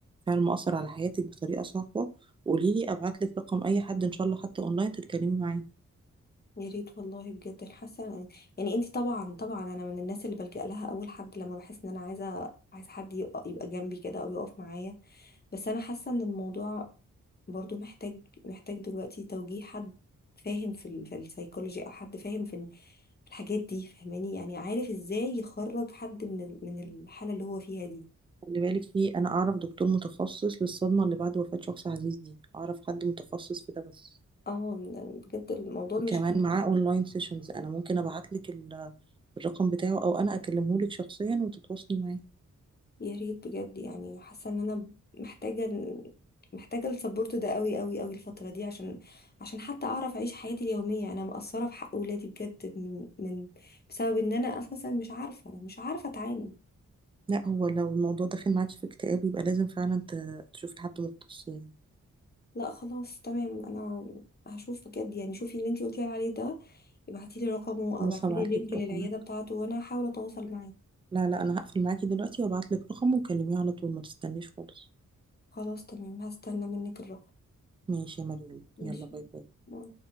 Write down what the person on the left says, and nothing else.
يا ريت والله بجد الحاسه يعني انت طبعا طبعا انا من الناس اللي بلجأ لها اول حد لما بحس ان انا عايزه عايز حد يق- يبقى جنبي كده او يقف معايا بس انا حاسه ان الموضوع برضو محتاج محتاج دلوقتي توجيه حد فاهم في ال... في السايكولوجي او حد فاهم في ال- الحاجات دي فاهماني يعني عارف ازاي يخرج حد من ال... من الحاله اللي هو فيها دي
اه بجد الموضوع
مش
يا ريت بجد يعني حاسه ان انا محتاجه محتاجه السبورت ده قوي قوي قوي الفتره دي عشان عشان حتى اعرف اعيش حياتي اليوميه انا مقصره في حق اولادي بجد من من بسبب ان انا اساسا مش عارفه مش عارفه اتعامل
لا خلاص تمام انا هشوف بجد يعني شوفي اللي انتي قلتي عليه ده ابعتي لي رقمه
او ابعتي
لي لينك
للعياده
بتاعته وانا هحاول اتواصل معاه
خلاص تمام هستنى منك الرقم
ماشي
باي.